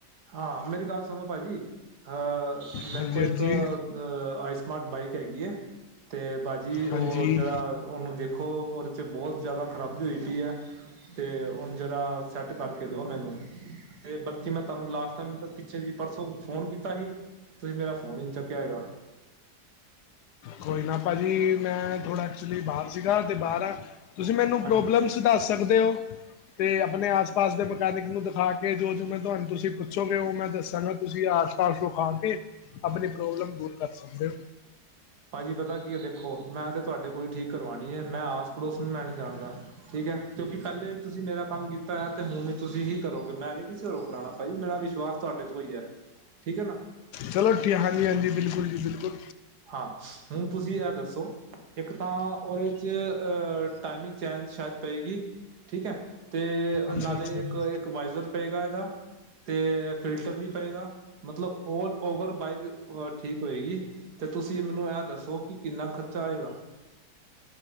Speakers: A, on the right (about 65°); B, on the left (about 75°).
A: ਹਾਂ ਮੇਰੀ ਗੱਲ ਸੁਣੋ ਭਾਜੀ ਅਹ ਮੇਰੇ
B: ਹਾਂਜੀ
A: ਕੋਲ ਇੱਕ
B: ਹਾਂਜੀ
A: ਆਈਸ ਮਾੱਦ ਬਾਈਕ ਹੈਗੀ ਏ, ਤੇ ਭਾਜੀ
B: ਹਾਂਜੀ
A: ਓ ਜੇੜਾ ਓਨੂੰ ਦੇਖੋ, ਓਦੇ ਤੇ ਬੋਤ ਜਾਦਾ ਖਰਾਬੀ ਹੋਈ ਪੀ ਐ। ਤੇ ਉਨ ਜਰਾ ਸੈੱਟ ਕਾਰਕੇ ਦੇਓ ਮੈਨੂੰ, ਤੇ ਬਲਕਿ ਮੈਂ ਤਾਨੂੰ ਲਾਸਟ ਟਾਈਮ, ਪਿੱਛੇ ਜੀ ਪਰਸੋਂ ਫੋਨ ਕੀਤਾ ਸੀ, ਤੂਸੀ ਮੇਰਾ ਫੋਨ ਈ ਨੀ ਚੱਕੇਆ ਹੈਗਾ।
B: ਕੋਈ ਨਾ ਭਾਜੀ, ਮੈਂ ਥੋੜਾ ਐਕਚੁਲੀ ਬਾਰ ਸੀਗਾ, ਤੇ ਬਾਰ ਆਂ ਤੂਸੀ ਮੈਨੂੰ ਪ੍ਰੋਬਲਮ
A: ਹਾਂਜੀ
B: ਦਾੱਸ ਸਕਦੇ ਓ। ਤੇ ਅਪਨੇ ਆਸ-ਪਾਸ ਦੇ ਮਕੈਨਿਕ ਨੂੰ ਦਿਖਾ ਕੇ ਜੋ-ਜੋ ਮੈਂ ਤੁਆਨ, ਤੂਸੀ ਪੁੱਛੋਗੇ, ਓ ਮੈਂ ਦੱਸਾਂਗਾ। ਤੂਸੀ ਆਸ-ਪਾਸ ਦੂਕਾਨ ਤੇ ਅਪਨੀ ਪ੍ਰੋਬਲਮ ਦੂਰ ਕਰ ਸਕਦੇ ਓ।
A: ਭਾਜੀ ਪਤਾ ਕੀ ਐ ਦੇਖੋ, ਮੈਂ ਤੇ ਤੂਆਡੇ ਕੋਲ ਈ ਠੀਕ ਕਰਵਾਨੀ ਏ, ਮੈਂ ਆਸ ਪੜੋਸ ਨੂੰ ਮੈਂ ਨੀ ਜਾਨਦਾ। ਠੀਕ ਐ, ਕਿਉਂਕਿ ਪ੍ਹੈਲੇ ਈ ਤੂਸੀ ਮੇਰਾ ਕਾੰਮ ਕੀਤਾ ਹੋਏਐ, ਤੇ ਹੁਣ ਤੂਸੀ ਹੀ ਕਰੋਗੇ, ਮੈਂ ਨੀ ਕਿਸੇ ਕੋ ਕਰਾਣਾ, ਭਾਜੀ ਮੇਰਾ ਵਿਸ਼ਵਾਸ ਤੂਆਡੇ ਤੋ ਈ ਐ, ਠੀਕ ਐ ਨਾ।
B: ਚਲੋ ਠੀ, ਹਾਂਜੀ-ਹਾਂਜੀ ਬਿਲਕੁਲ ਜੀ ਬਿਲਕੁਲ।
A: ਹਾਂ, ਹੁਨ ਤੂਸੀ ਐ ਦੱਸੋ ਇੱਕ ਤਾਂ ਓਦੇ ਚ ਅ ਟਾਈਮਿੰਗ ਚੇਨ ਸ਼ਾਏਦ ਪਏਗੀ, ਠੀਕ ਐ। ਤੇ
B: ਅੱਛਾ
A: ਨਾਲੇ
B: ਅੱਛਾ
A: ਇੱਕ-ਇੱਕ
B: ਜੀ
A: ਵਾਏਜ਼ਰ ਪਏਗਾ ਇਦਾ ਤੇ ਫਿਲਟਰ ਵੀ ਪਏਗਾ, ਮਤਲਬ ਔਲ ਓਵਰ ਬਾਈਕ ਅ ਠੀਕ ਹੋਏਗੀ। ਤੇ ਤੂਸੀ ਮੈਨੂੰ ਐ ਦੱਸੋ ਕਿ ਕਿੰਨਾ ਖਰਚਾ ਆਏਗਾ?